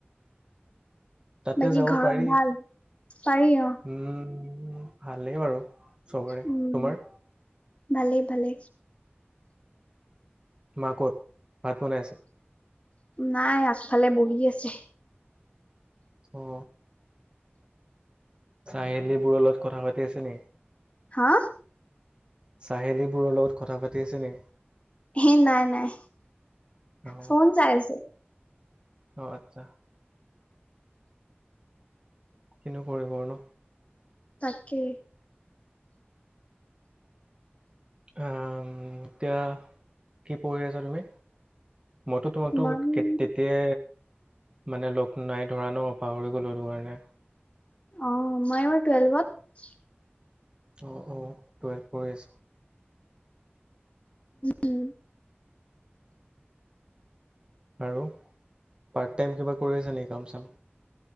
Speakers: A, on the right; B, on the left.
A: তাতে
B: বাকী
A: যাব
B: ঘৰত
A: পাৰি
B: ভাল পাৰি অ
A: উম উ ভালেই বাৰু চবৰে
B: উম
A: তোমাৰ
B: ভালেই ভালে
A: মা কত ভাত বনাইছে <unintelligible>
B: নাই আগফালে বহি আছে
A: অ চাহেলী বোৰৰ লগত কথা পাতি আছে নেকি
B: হা
A: চাহেলীবোৰৰ লগত কথা পাতি আছে নি
B: হে নাই নাই
A: অ
B: ফোন চাই আছে
A: অ আচ্ছা কিনো কৰিব ন
B: তাকে
A: উ এতিয়া কি পঢ়ি আছা তুমি মইতো তোমাকতো
B: মই
A: তেতিয়া মানে লগ নাই ধৰা নো পাহৰি গ'লো সেইটোকাৰণে
B: অ মই এইবাৰ টুৱেলভত
A: অ অ টুৱেলভ পঢ়ি আছা
B: উম
A: আৰু পাৰ্ত টাইম কিবা কৰি আছা নেকি কাম চাম?